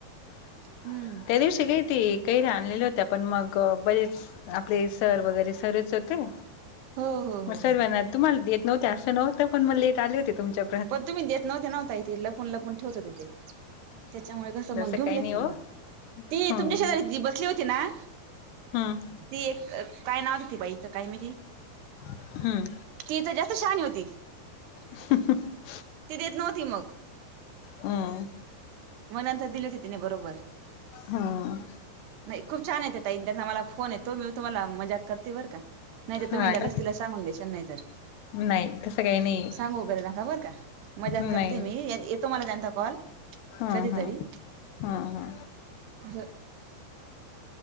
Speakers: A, on the left (about 85°); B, on the right (about 80°).
A: <inaudible>
B: हम्म
A: त्या दिवशी काय ते कैऱ्या आणलेल्या होते. पण मग बरेच आपले सर वगैरे सरेच होते.
B: हो हो
A: मग
B: हो
A: सर्वांना
B: हो.
A: तुम्हाला देत नव्हते असं नव्हतं. पण मग लेट आले होते तुमच्या
B: पण तुम्ही देत नव्हते ना ओ ताई ते. लपून लपून ठेवत होत्या ते. त्याच्यामुळे कसं
A: तसं
B: मग घेऊन
A: काही
B: घेतली
A: नाही हो
B: मग. ती
A: हम्म
B: तुमच्या शेजारी जी बसली होती ना.
A: हम्म.
B: ती एक काय नाव व्हत, ती बाईचं काय माहीती.
A: हम्म.
B: ती त जास्त शहानी होती.
A: ह <inaudible>
B: ती देत नव्हती मग.
A: हम्म
B: म नंतर दिले हो ते तिने बरोबर.
A: हम्म
B: नाही खूप छान आहे. त्या ताई त्याचा मला फोन येतो. मी तुम्हाला मजा कर ते बर का? नाही तर
A: हा
B: तुम्ही लगेच
A: का
B: तिला सांगून देशान नाही तर.
A: नाही तसं काही नाही
B: सांगू वगैरे नका बर का? मजाक
A: नाही नाही
B: करते मी, येतो मला त्यांचा कॉल.
A: हा
B: कधीतरी
A: हा हा हा
B: <inaudible> ह.